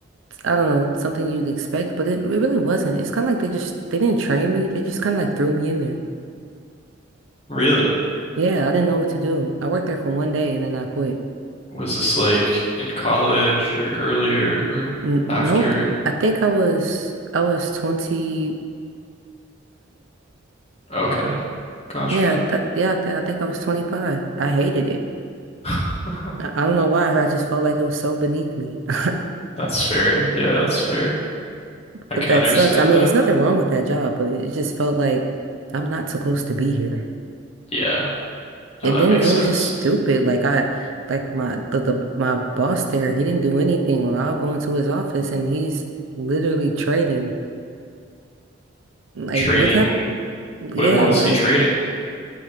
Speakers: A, on the right (about 75°); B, on the left (about 30°).
A: I don't know, something you'd expect, but it, it really wasn't. It's kind of like they just, they didn't train me. They just kind of like threw me in there.
B: Really?
A: Yeah, I didn't know what to do. I worked there for one day and then I quit.
B: Was this like in college or earlier or
A: N
B: after?
A: nope. I think I was, I was 25.
B: Okay. Gotcha.
A: Yeah, that, yeah, I, th I think I was 25. I hated it.
B: <laughs>
A: I I don't know why. I just felt like it was so beneath me. <laughs>
B: That's fair. Yeah, that's fair. I
A: But
B: can
A: that
B: understand
A: sucks. I mean,
B: that.
A: it's nothing wrong with that job, but it it just felt like I'm not supposed to be here.
B: Yeah. No,
A: And
B: that
A: then
B: makes
A: it was
B: sense.
A: just stupid. Like I, like my the, the my boss there, he didn't do anything. Well, I'll go into his office and he's literally trading. Like
B: Trading.
A: what type? Yeah,
B: What, what was
A: like
B: he trading?